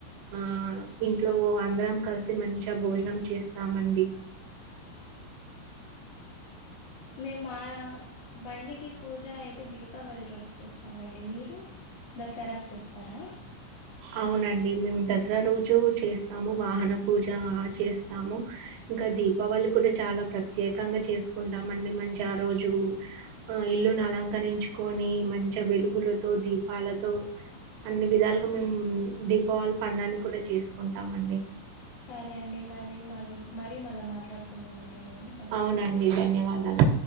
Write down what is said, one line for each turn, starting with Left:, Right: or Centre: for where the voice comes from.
Right: ఆ ఇంట్లో అందరం కలిసి మంచిగా భోజనం చేస్తామండి <inaudible>
Left: మేము మా బండికి పూజ అయితే దీపావళి రోజు చేస్తామండి మీరు దసరాకి చేస్తారా
Right: అవునండి మేము దసరా రోజు చేస్తాము వాహన పూజ చేస్తాము ఇంకా దీపావళి కూడా చాలా ప్రత్యేకంగా చేసుకుంటాం అండి మంచి ఆ రోజు ఇల్ ను అలంకరించుకొని మంచిగా వెలుగులతో దీపాలతో అన్ని విధాలుగా మేము దీపావళి పండాన్ని కూడా చేసుకుంటామండి
Left: సరే అండి మర మరి మరీ మళ్ళీ మాట్లాడుకుందామ అండి మేము బాయ్
Right: అవునండి ధన్యవాదాలు